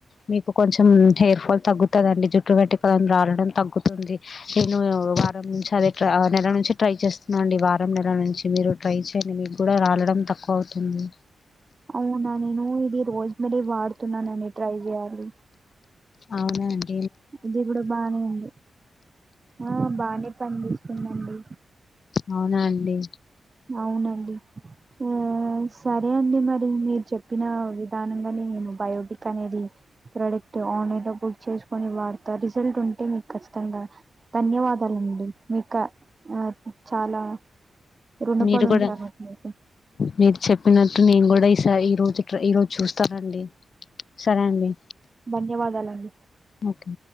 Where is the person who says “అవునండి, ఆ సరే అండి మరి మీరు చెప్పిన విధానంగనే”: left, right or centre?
Right